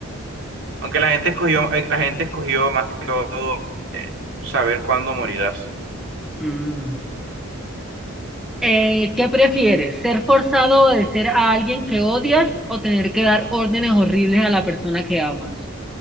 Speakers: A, on the right; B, in the centre.
A: Aunque la gente escogió, eh, la gente escogió más que todo eh, saber cuándo morirás.
B: Mm. Eh, ¿qué prefieres? ¿Ser forzado a obedecer a alguien que odias o tener que dar órdenes horribles a la persona que amas?